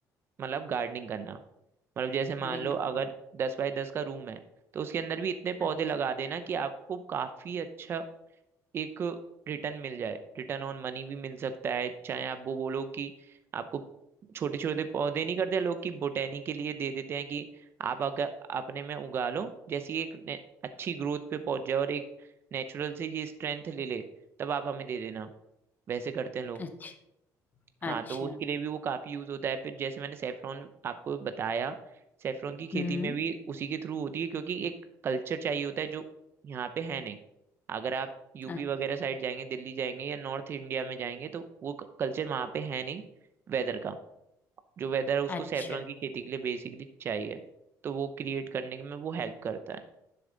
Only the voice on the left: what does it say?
बिल्कुल
अच्छा
अच्छा
अच्छा
हम्म
अ-
अच्छा